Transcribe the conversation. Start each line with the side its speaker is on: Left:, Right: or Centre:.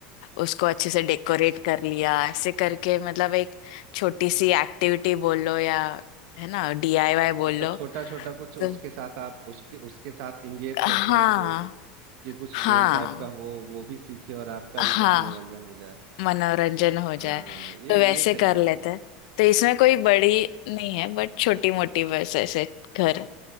Left: उसको अच्छे से डेकोरेट कर लिया ऐसे करके मतलब एक छोटी सी एक्टिविटी बोल लो या है ना डीआईवाई बोल
Right: मतलब
Left: लो
Right: छोटा छोटा कुछ
Left: तो
Right: उसके साथ आप उसके उसके साथ इंगेज करते
Left: हाँ
Right: हैं उसको कि कुछ गेम
Left: हाँ
Right: टाइप का हो वो भी सीखे और आपका
Left: हाँ
Right: भी कुछ मनोरंजन हो जाए
Left: मनोरंजन हो जाए
Right: हाँ ये
Left: तो
Right: ये
Left: वैसे
Right: सही
Left: कर
Right: चीज
Left: लेते
Right: है
Left: हैं तो इसमें कोई बड़ी नहीं है बट छोटी मोटी बस ऐसे घर